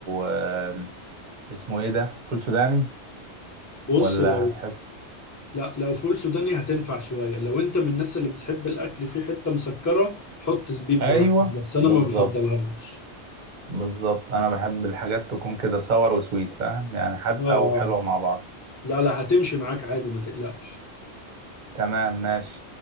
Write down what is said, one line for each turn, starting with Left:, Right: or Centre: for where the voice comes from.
Right: آه... اسمه إيه ده؟ فول سوداني
Left: بص
Right: ولا
Left: لو
Right: هتحس؟
Left: لا لو فول سوداني هتنفع شوية لو انت من الناس اللي بتحب الاكل فيه حتة مسكرة حط زبيب
Right: أيوه
Left: براحتك بس انا
Right: بالظبط
Left: ما بفضلهاش
Right: بالظبط أنا بحب الحاجات تكون كده صور وسويت فاهم؟ يعني حادقة
Left: اه
Right: وحلوة
Left: اه
Right: مع بعض
Left: لا لا هتمشي معاك عادي ما تقلقش
Right: تمام ماشي